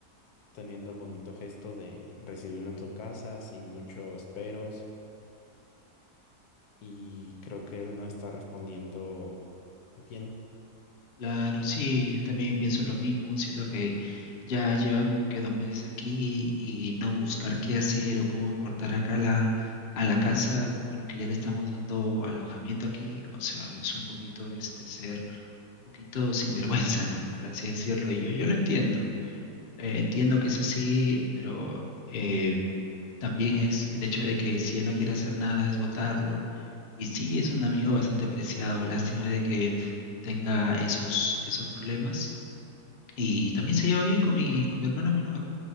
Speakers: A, on the left (about 70°); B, on the left (about 50°).
A: teniendo el bonito gesto de recibirlo en su casa sin muchos peros y creo que él no está respondiendo bien,
B: Claro, sí, yo también pienso lo mismo, siento que ya lleva como que dos meses aquí y no buscar qué hacer o cómo aportar acá a la, a la casa, bueno, que ya le estamos dando alojamiento aquí, o sea, es un poquito este ser un poquito sinvergüenza, ¿no? Por así decirlo, y yo, yo lo entiendo, eh, entiendo que es así, pero eh, también es el hecho de que si él no quiere hacer nada es votarlo. Y sí, es un amigo bastante preciado. Lástima de que tenga esos, esos problemas. Y también se lleva bien con mi, con mi hermano menor.